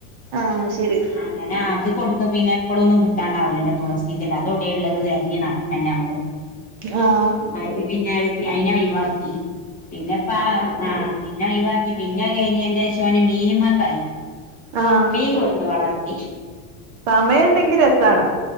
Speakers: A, on the right; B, on the left.
A: ആഹ് ശരി
B: അങ്ങന ആദ്യം കൊടുത്തു പിന്നെ എപ്പോഴൊന്നും കിട്ടാണ്ടാവില്ലല്ലൊ തുളസി ഇല്ലല്ലോ അതോടെയള്ളത് തെരഞ്ഞ് നടക്കേണ്ടേ നമ്മള്
A: ആഹ്
B: അത് പിന്നെ അയിനെ ഒഴിവാക്കി പിന്നെപ്പ ആഹ് പിന്നെ ഒഴിവാക്കി പിന്നെ അത് കഴിഞ്ഞേന് ശേഷം അവന് മീന് മ്മേ ക്കായി
A: ആഹ്
B: മീൻ കൊടുന്ന് വളർത്തി
A: സമയം ഉണ്ടെങ്കി രസാണ്